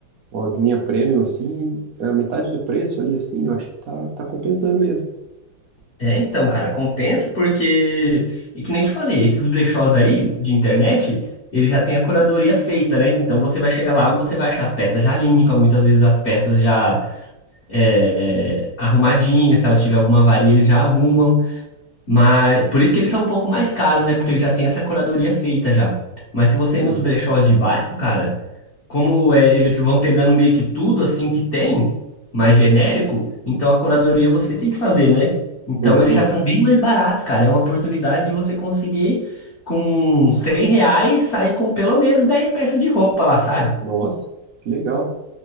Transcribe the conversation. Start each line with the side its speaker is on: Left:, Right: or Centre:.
Right: uma linha premium, assim, a metade do preço ali, assim, eu acho que tá, tá compensando mesmo.
Left: É, então, cara, compensa porque, é que nem eu te falei, esses brechós aí de internet, eles já têm a curadoria feita, né? Então você vai chegar lá, você vai achar as peças já limpas, muitas vezes as peças já é, é, arrumadinhas, se elas tiver alguma avaria, eles já arrumam. Mas por isso que eles são um pouco mais caros, né? Porque eles já têm essa curadoria feita já. Mas se você
Right: Entendi.
Left: ir nos brechós de bairro, cara. como é, eles vão pegando meio que tudo assim que tem, mais genérico, então a curadoria você tem que fazer, né? Então
Right: Boa.
Left: eles já são bem mais baratos, cara. É uma oportunidade de você conseguir com 100 reais sair com pelo menos 10 peças de roupa lá, sabe?
Right: Nossa, que legal.